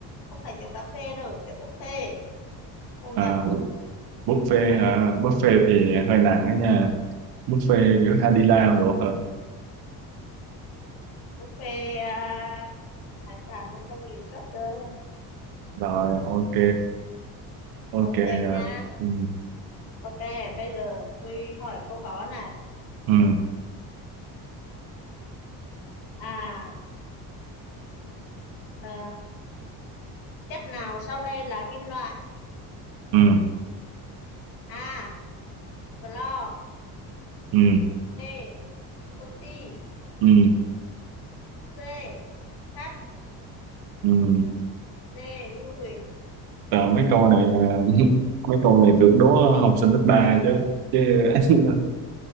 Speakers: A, on the left; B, on the right.
A: Không phải kiểu cà phê đâu, kiểu buffet. Ông
B: à,
A: nhầm rồi.
B: buffet hả buffet thì hơi nặng đó nha buffet giữa hai đi lao được hơn
A: Buffet à, hải sản 500 nghìn suất đâu.
B: rồi ok ok
A: Ông
B: à.
A: xem nha.
B: ừ,
A: Ok, bây giờ tôi hỏi câu khó này.
B: ừ,
A: À, ờ, chất nào sau đây là kim loại?
B: ừ,
A: A. Clo
B: ừ,
A: B. Oxy
B: ừ,
A: C. Sắt
B: ừ.
A: D. Lưu huỳnh
B: Rồi, mấy câu này à, <laughs> mấy câu này tưởng đố học sinh lớp 3 chứ chứ <laughs>